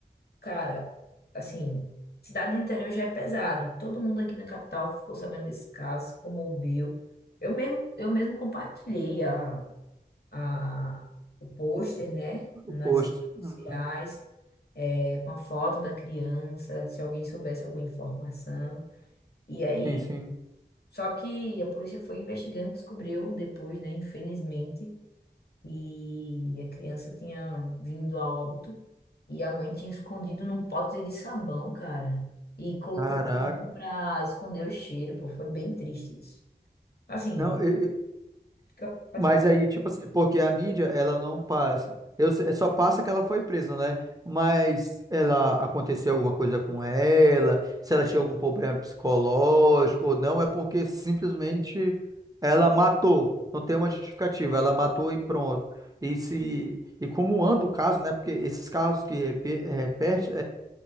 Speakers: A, on the left (about 65°); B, on the right (about 20°).
A: Cara, assim, cidade do interior já é pesado. Todo mundo aqui na capital ficou sabendo desse caso, se comoveu. Eu mesmo, eu mesmo compartilhei a, a, o pôster, né, nas
B: O posto.
A: redes
B: Uhum.
A: sociais, é, com a foto da criança, se alguém soubesse alguma informação. E aí,
B: Sim, sim.
A: só que a polícia foi investigando e descobriu depois, né, infelizmente, e a criança tinha vindo a óbito e a mãe tinha escondido num pote de sabão, cara. E colocou
B: Caraca.
A: sabão pra esconder o cheiro, pô. Foi bem triste isso. Assim,
B: Não, eu- eu-
A: fica- pode
B: mas
A: falar.
B: aí, tipo assim, porque a mídia, ela não passa. Eu, se- é só passa que ela foi presa, né? Mas ela aconteceu alguma coisa com ela, se ela tinha algum problema psicológico ou não, é porque simplesmente ela matou. Não tem uma justificativa, ela matou e pronto. E se e como anda o caso, né? Porque esses casos que repe, repete,